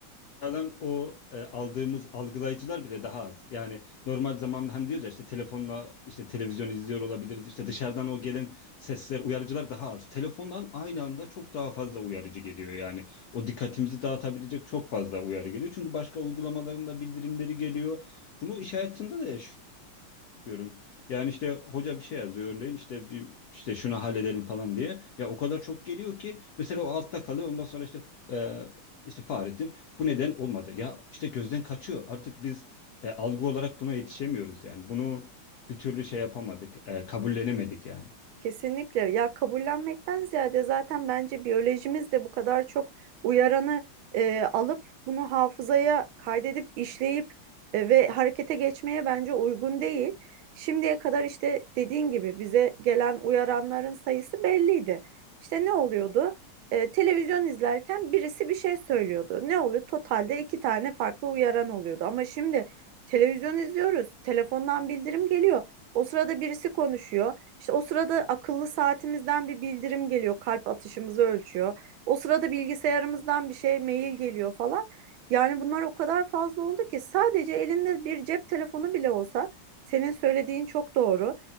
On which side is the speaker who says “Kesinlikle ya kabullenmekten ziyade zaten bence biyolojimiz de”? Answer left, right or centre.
Right